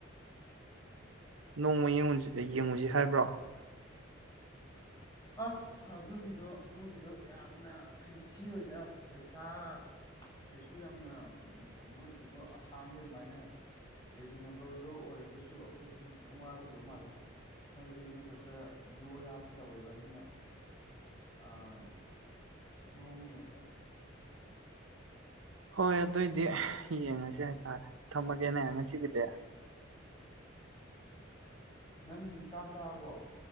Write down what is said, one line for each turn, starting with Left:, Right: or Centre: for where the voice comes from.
Right: ꯅꯣꯡꯃ ꯌꯦꯡꯨꯁꯤ ꯌꯦꯡꯉꯨꯁꯤ ꯍꯥꯏꯕ꯭ꯔꯣ
Left: ꯑꯁ ꯑꯗꯨꯒꯤꯗꯣ ꯃꯣꯏꯒꯤꯗꯣ ꯌꯥꯝꯅ ꯐꯤꯟꯁꯤ ꯑꯣꯏꯗ ꯄꯩꯁꯥ ꯀꯩꯁꯨ ꯌꯥꯝꯅ ꯀꯩꯅꯣ ꯑꯣꯏꯕꯗꯣ ꯑꯁꯥꯡꯒꯤ ꯑꯗꯨꯃꯥꯏꯅ ꯔꯤꯖꯅꯦꯕꯜꯗꯣ ꯑꯣꯏꯔꯒꯁꯨ ꯑꯈꯣꯏꯗꯗꯤ ꯈꯤꯇꯪ ꯋꯥꯒꯗꯕ ꯃꯥꯜꯂꯦ ꯍꯥꯏꯕꯗꯤ ꯃꯣꯏꯗꯣ ꯈꯔ ꯌꯣ ꯌꯥꯝꯅ ꯇꯧꯋꯦꯕ ꯑꯗꯨꯅ ꯑꯥ ꯃꯑꯣꯡ ꯌꯦꯡꯁꯦ
Right: ꯍꯣꯏ ꯑꯗꯨꯏꯗꯤ ꯌꯦꯡꯉꯁꯤ ꯍꯥꯏꯇꯥꯔꯦ ꯊꯝꯃꯒꯦꯅꯦ ꯉꯁꯤꯒꯤꯗꯤ
Left: ꯅꯪ ꯆꯥꯛ ꯆꯥꯕꯣ